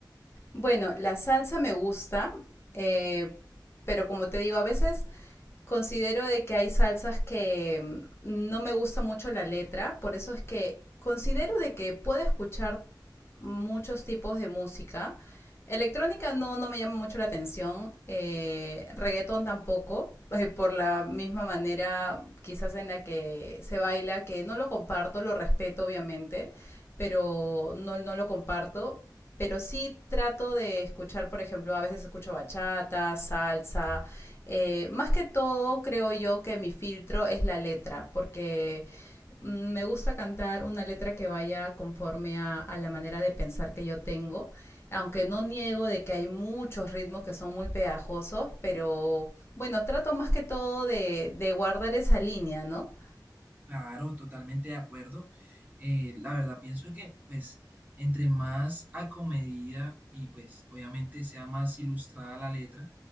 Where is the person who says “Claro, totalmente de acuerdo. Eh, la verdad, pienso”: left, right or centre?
Right